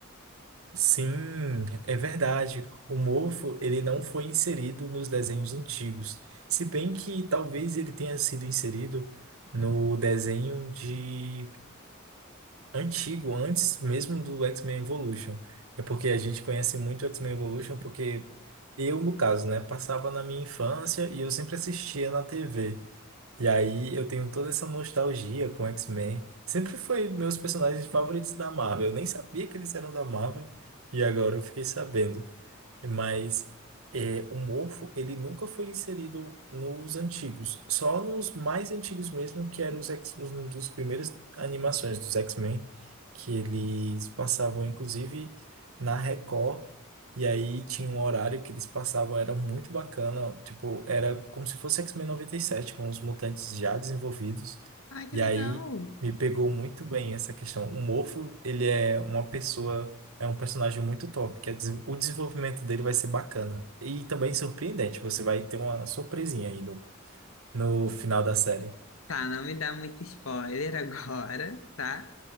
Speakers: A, on the right; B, on the left.
A: Sim, é verdade. O Morpho, ele não foi inserido nos desenhos antigos. Se bem que talvez ele tenha sido inserido no desenho de antigo, antes mesmo do X-Men Evolution. É porque a gente conhece muito o X-Men Evolution porque eu, no caso, né, passava na minha infância e eu sempre assistia na TV. E aí eu tenho toda essa nostalgia com X-Men. Sempre foi meus personagens favoritos da Marvel. Eu nem sabia que eles eram da Marvel e agora eu fiquei sabendo. Mas é, o morfo, ele nunca foi inserido nos antigos, só nos mais antigos mesmo, que eram os X, os- um dos primeiras animações dos X-Men, que eles passavam, inclusive, na Record, e aí tinha um horário que eles passavam, era muito bacana, tipo, era como se fosse X-Men 97 com os mutantes já desenvolvidos,
B: Ai, que
A: e
B: legal!
A: aí me pegou muito bem essa questão. O morfo, ele é uma pessoa é um personagem muito top, que é des- o desenvolvimento dele vai ser bacana. E também surpreendente, você vai ter uma surpresinha aí no, no final da série.
B: Tá, não me dá muito spoiler <laughs> agora, tá?